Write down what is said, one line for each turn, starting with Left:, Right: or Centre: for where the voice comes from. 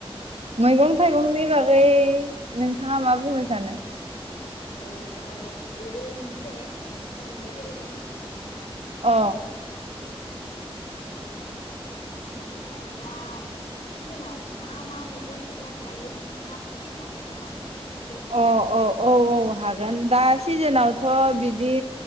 Right: मैगं थाइगंनि बागै नोंथाङा मा बुंनो सानो
Left: औ जा बेबो मोनसे औ जागोन दे रायलाय जागोन नोंथां
Right: अ
Left: ओमफ्राय दा सिजोनाव मा मा मैगं थाइगं गायो नोंथाङा फोरमायनो हागोन नामा फंनैसो
Right: अ
Left: <unintelligible>
Right: अ औ हागोन दा सिजेनाव थ बिदि